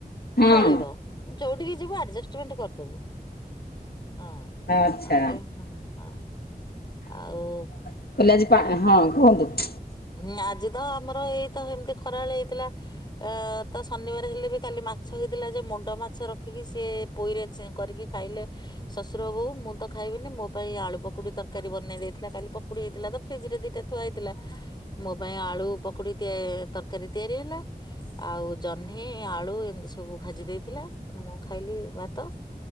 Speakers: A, on the left; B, on the left.
A: ହଁ
B: ଚଳିବ। ଯୋଉଠିକି ଯିବୁ ଆଡଜଷ୍ଟମେଣ୍ଟ କରିଦବୁ ହଁ।
A: ଆଚ୍ଛା
B: ଆଜ୍ଞା ହଁ ଆଉ।
A: କହିଲେ ଆଜି ପା ହଁ କୁହନ୍ତୁ। !
B: ହଁ ଆଜି ତ ଆମର ଏଇତ ଏମିତି ଖରାବେଳ ହେଇଥିଲା। ଅ ତା ଶନିବାର ହେଲେ ବି କାଲି ମାଛ ହେଇଥିଲା ଯେ ମୁଣ୍ଡ ମାଛ ରଖିକି ସିଏ। ପୋଇରେଚେକରିକି ଖାଇଲେ। ଶ୍ୱଶୁର ବୋହୁ ମୁଁ ତ ଖାଇବିନି ମୋ ପାଇଁ ଆଳୁ ପକୋଡି ତରକାରୀ ବନେଇ ଦେଇଥିଲା କାଲି ପକୋଡି ହେଇଥିଲା ତ। ଫ୍ରିଜ ରେ ଦିଟା ଥୁଆ ହେଇଥିଲା ମୋ ପାଇଁ ଆଳୁ ପକୋଡି ତରକାରୀ ତିଆରି ହେଲା। ଆଉ ଜହ୍ନି ଆଳୁ ଏମିତି ସବୁ ଭାଜି ଦେଇଥିଲା ମୁଁ ଖାଇଲି ଭାତ।